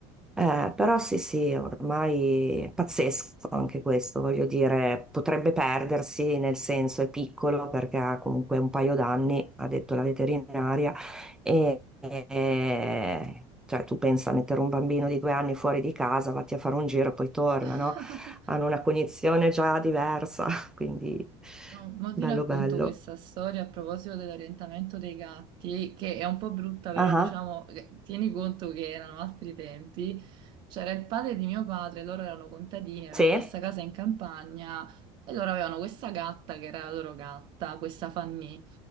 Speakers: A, in the centre; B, on the right.
A: eh, però sì, sì, ormai è pazzesco anche questo, voglio dire, potrebbe perdersi, nel senso è piccolo perché ha comunque un paio d'anni, ha detto la veterinaria, e, e- cioè tu pensa a mettere un bambino di due anni fuori di casa, vatti a fare un giro e poi torna,
B: <laughs>
A: no? Hanno una cognizione già diversa, <laughs> quindi
B: No, mo
A: bello
B: ti racconto
A: bello.
B: questa storia a proposito dell'orientamento dei gatti, che è un po' brutta, però
A: Ah,
B: diciamo,
A: ah.
B: eh, tieni conto che erano altri tempi. C'era il padre di mio padre, loro erano contadini, avevano
A: Sì,
B: questa casa in campagna e loro avevano questa gatta che era la loro gatta, questa Fanny.